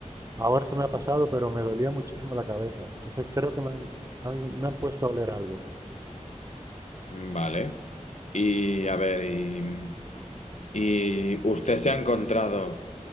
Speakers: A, on the right (about 25°); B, on the left (about 65°).
A: Ahora se me ha pasado, pero me dolía muchísimo la cabeza. Entonces creo que me han, han- me han puesto a oler algo.
B: Vale. Y a ver, y, y usted se ha encontrado.